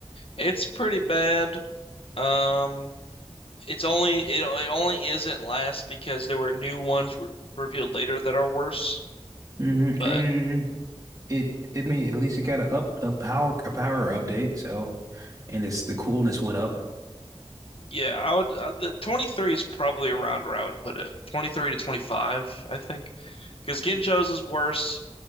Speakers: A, on the left; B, on the right.
A: it's pretty bad. Um, it's only it, it only isn't last because there were new ones re revealed later that are worse.
B: <laughs> hmm
A: But
B: And it I mean at least it got a up a power a power update, so and it's the coolness went up.
A: yeah, I would uh, the 23 is probably around where I would put it. 23 to 25, I think, because Ginjo's is worse.